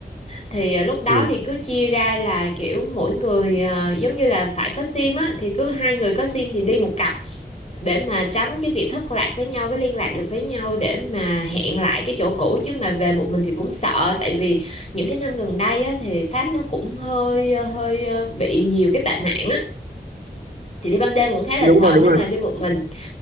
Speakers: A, on the left; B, on the right.
A: thì à, lúc đó
B: ừ.
A: thì cứ chia ra là kiểu mỗi người à, giống như là phải có sim á thì cứ hai người có sim thì đi một cặp để mà tránh cái việc thất lạc với nhau với liên lạc được với nhau để mà hẹn lại cái chỗ cũ chứ mà về một mình thì cũng sợ tại vì những cái năm gần đây á thì Pháp nó cũng hơi ờ, hơi à, bị nhiều cái tệ nạn á thì đi ban đêm cũng khá là
B: đúng
A: sợ
B: rồi đúng
A: nếu
B: rồi
A: mà đi một mình